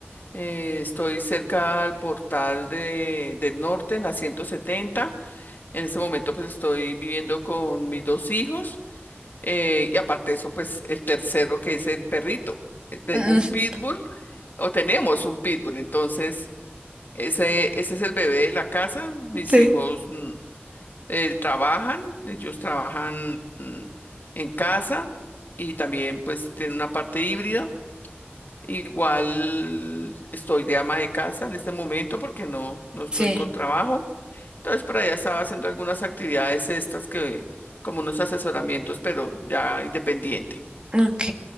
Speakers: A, on the left (about 50°); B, on the right (about 25°).
A: eh, estoy cerca al portal de, del norte, en la ciento setenta En este momento pues estoy viviendo con mis dos hijos eh, y aparte de eso pues el tercero que es el perrito. Eh, Tengo
B: <laughs>
A: un pitbull
B: Mm,
A: o tenemos un pitbull, entonces ese, ese es el bebé de la casa. Mis
B: Sí.
A: hijos mm, eh, trabajan, ellos trabajan mm, en casa y también pues tienen una parte híbrida. Igual estoy de ama de casa en este momento porque no, no estoy
B: Sí,
A: con trabajo. Entonces por allá estaba haciendo algunas actividades estas que, como unos asesoramientos, pero ya independiente.
B: ok.